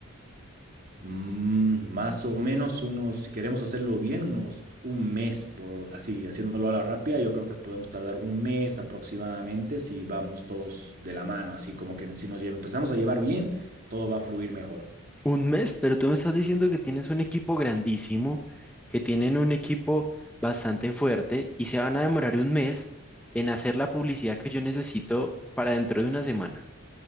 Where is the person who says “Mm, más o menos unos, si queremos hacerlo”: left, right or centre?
Right